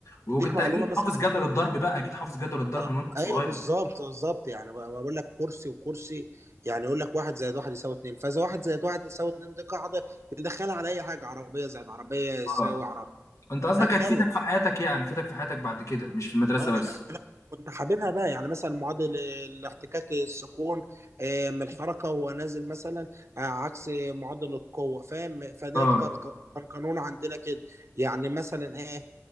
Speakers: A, on the left (about 70°); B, on the right (about 55°).
A: وكنت
B: يديك معلومه
A: أكيد
B: مثلا
A: حافظ جدول الضرب بقى أكيد حافظ جدول الضرب
B: آه
A: من وأنت صغير
B: ايوه بالظبط بالظبط يعني ب- بقول لك كرسي وكرسي يعني يقول لك واحد زائد واحد يساوي اتنين فاذا واحد زائد واحد يساوي اتنين دي قاعده تدخلها على اي حاجه عربيه زائد عربيه يساوي
A: اه
B: عربيه
A: أنت قصدك
B: هكذا
A: هتفيدك في حياتك يعني تفيدك في حياتك بعد كده مش في المدرسة
B: اه
A: بس
B: لا انا كنت حاببها بقى يعني مثلا معدل الاحتكاك السكون آه، من الحركه وهو نازل مثلا آه، عكس معدل القوه فاهم فده
A: اه
B: كانت- كان قانون عندنا كده يعني مثلا ايه